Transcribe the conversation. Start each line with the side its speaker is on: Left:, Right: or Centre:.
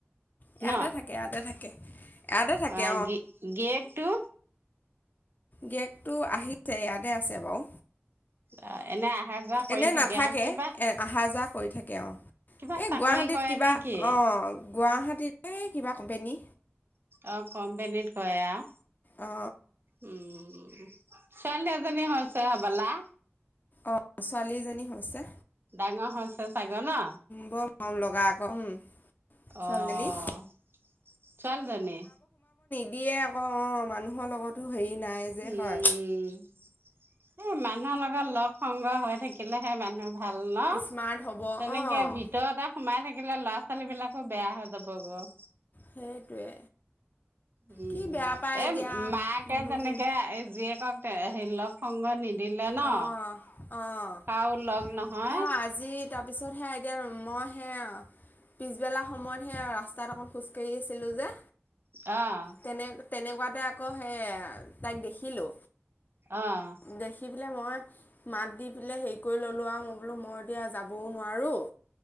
Left: ইয়াতে
Right: ন
Left: থাকে, ইয়াতে থাকে। ইয়াতে থাকে
Right: অ', গি গিৰিয়েকটো
Left: গেগটো আহিছে ইয়াতে আছে বাৰু।
Right: অ', এনে অহা যোৱা কৰি
Left: এনে
Right: থাকে
Left: নাথাকে
Right: আৰু কিবা
Left: এ আহা যোৱা কৰি থাকে আৰু।
Right: কিবা
Left: এই
Right: চাকৰি
Left: গুৱাহাটীত
Right: কৰে
Left: কিবা
Right: নে কি
Left: অ', গুৱাহাটীতে কিবা কম্পেনী।
Right: অ', কম্পেনীত কয়ে আও
Left: অ',
Right: উম। ছোৱালী এজনী হৈছে হবলা।
Left: অ', ছোৱালীজনী হৈছে
Right: ডাঙৰ হৈছে শাগ ন?
Left: বৰ মৰম লগা উম ছোৱালীজনী
Right: অ', ছোৱালজনী।
Left: দিয়ে আকৌ অ', মানুহৰ লগতো হেৰি নাই যে
Right: উম,
Left: হয়।
Right: এ, মানুহৰ লগত লগ সংগ হৈ থাকিলেহে মানুহ ভাল ন
Left: স্মাৰ্ট হ'ব
Right: তেনেকে
Left: অ',
Right: ভিতৰতে সোমাই থাকিলে ল'ৰা ছোৱালী বিলাক অ', বেয়া হৈ যাব গ
Left: সেইটোৱে
Right: উম
Left: কি বেয়া পায় এতিয়া
Right: এই মাকে
Left: মানুহখিনি
Right: যেনেকে এ জীয়েকক হেৰি লগ। প্ৰসংগ নিদিলে ন
Left: অ', অ',
Right: কাও লগ নহয়।
Left: সেয়া আজি তাৰপিছত সে এতিয়া মই সে পিছবেলা সময়ত সেই আৰু ৰাস্তাত অকন খোজকাাঢ়ি আছিলো যে।
Right: অ',
Left: তেনে তেনেকুৱাতে আকৌ সেই তাইক দেখিলো
Right: অ',
Left: দেখি পেলাই মই মাত দি পেলাই হেৰি কৰি ল'লোঁ আৰু মই বোলো মই এতিয়া যাবও নোৱাৰোঁ।